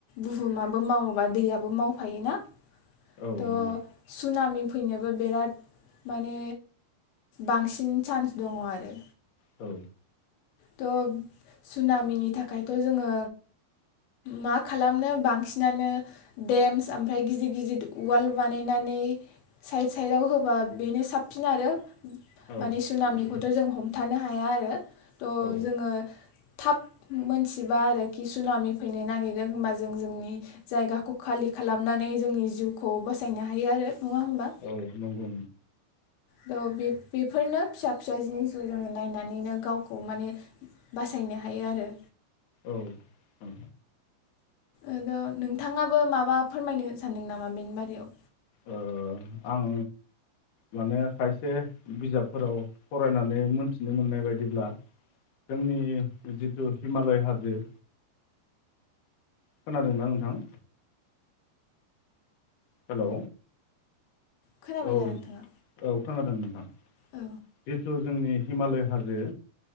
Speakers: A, on the left; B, on the left.
A: बुहुमाबो मावोबा दैयाबो मावफायोना
B: औ
A: त'
B: नंगौ
A: सुनामि फैनो बो बिराद माने बांसिन चान्स दङ आरो
B: औ
A: त' सुनामिनि थाखायथ' जोङो मा खालामनो बांसिनानो देमस ओमफ्राय गिदिर गिदिर वाल बानायनानै साइद साइडआव होबा बेनो साबसिन आरो
B: औ
A: माने सुनामनिखौथ'
B: नंगौ
A: जों हम थानो हाया आरो थ
B: औ
A: जोङो थाब मोनथिबा आरोखि सुनामि फैनो नागिरदों होमबा जों जोंनि जायगाखौ खालि खालामनानै जोंनि जिउखौ बसायनो हायो आरो, नङा होमबा
B: औ नंगौ
A: थ बे बेफोरनो फिसा फिसा जिनिसखौ जोङो नायनानैनो गावखौ माने बासायनो हायो आरो
B: औ औ
A: औ नोंथाङाबो माबा फोरमायनो सानदों नामा बेनि बारैयाव?
B: ओ आं माने खायसे बिजाबफोराव फरायनानै मोनथिनो मोननाय बायदिब्ला जोंनि जिथु हिमालय हाजो खोनादोंना नोंथां? हेलौ
A: खोनाबाय
B: औ
A: दा नोंथाङा
B: औ खोनादों नोंथां
A: औ
B: जिथु जोंनि हिमालय हाजो